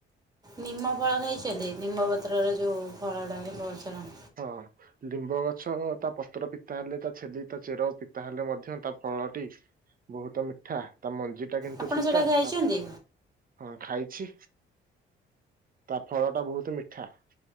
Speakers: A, on the right; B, on the right.
A: ନିମ ଫଳ ଖାଇଛନ୍ତି? ନିମ୍ବପତ୍ରର ଯଉ ଫଳଟା ନିମଗଛର।
B: ହଁ। ଲିମ୍ବ ଗଛର ତା ପତ୍ର ପିତା ହେଲେ, ତା ଛେଲି, ତା ଚେର ପିତା ହେଲେ ମଧ୍ୟ ତା ଫଳଟି ବହୁତ ମିଠା‌ ତା ମଞ୍ଜିଟା କିନ୍ତୁ
A: ଆପଣ
B: ପିତା
A: ସେଇଟା ଖାଇଛନ୍ତି
B: ତା ହଁ ଖାଇଛି ତା ଫଳଟା ବହୁତ ମିଠା‌।